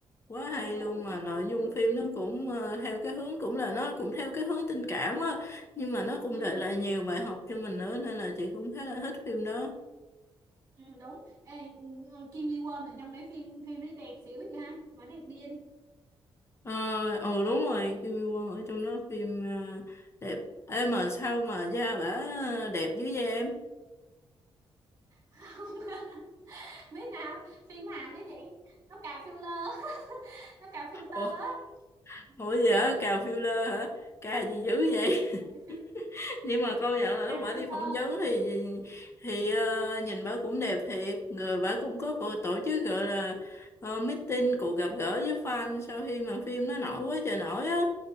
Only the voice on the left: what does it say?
Quá hay
luôn mà
nội dung
phim nó cũng ờ, theo cái hướng cũng là nó cũng theo cái hướng tình cảm á, nhưng mà nó cũng
để lại nhiều bài học cho mình nữa nên là chị cũng khá là thích phim đó.
Ờ ừ, đúng rồi Kim Mi Quân ở trong đó phim ờ, đẹp Ê mà sao mà da bả đẹp dữ vậy em
Ủa,
ủa gì hả cào filler hả cà gì dữ vậy
<laughs> nhưng mà công nhận là lúc
bả
đi phỏng vấn thì thì ờ, nhìn bả cũng đẹp thiệt người bả cũng có cô tổ chức gọi là ờ, meeting cuộc gặp gỡ với fan sau khi mà phim nó nổi quá trời nổi á